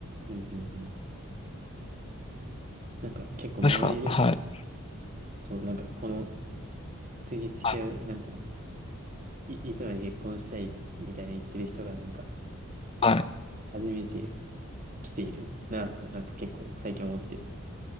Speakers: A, on the right (about 35°); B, on the left (about 25°).
A: うんうんうん。なんか、結構周りでも、
B: ですかはい。
A: そう、なんかこの、次付き合う、
B: はい。
A: なんか、い、いつまで結婚したいみたいな言ってる人がなんか、
B: はい。
A: 初めて来ているなぁと、なんか結構最近思ってる